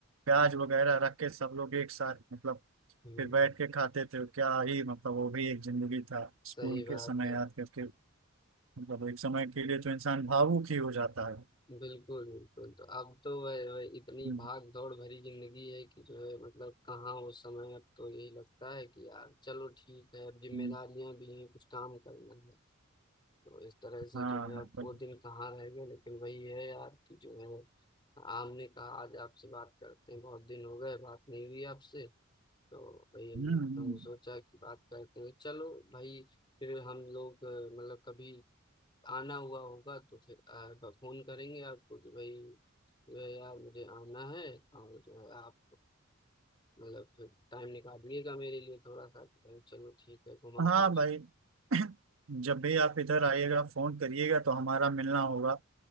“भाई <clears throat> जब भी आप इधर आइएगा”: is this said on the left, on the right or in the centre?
Right